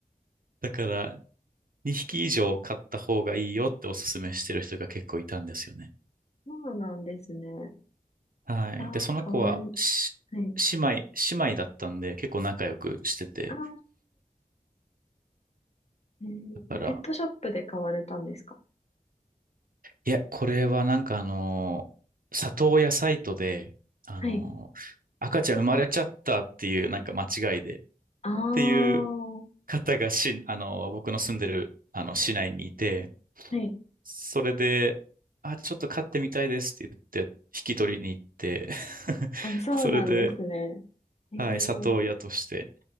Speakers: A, on the right (about 70°); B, on the left (about 45°).
A: だから2匹以上飼った方がいいよっておすすめしてる人が結構いたんですよね。
B: そうなんですね。
A: はい。
B: ああ、
A: で、その子は、
B: かわいい。
A: し、
B: はい。
A: 姉妹、姉妹だったんで、結構仲良くしてて。
B: ああ、えー、
A: だから、
B: えペットショップで飼われたんですか。
A: いや、これはなんかあのー、里親サイトで、あのー、
B: はい。
A: 赤ちゃん生まれちゃったっていうなんか間違いで、っ
B: ああ、は
A: ていう方がし、あのー、僕の住んでる、あの、市内にいて、
B: い。
A: それで、あ、ちょっと飼ってみたいですって言って、引き取りに行って、
B: あ、そうなんですね。
A: <laughs> それで、
B: えー、
A: はい、里親として、
B: は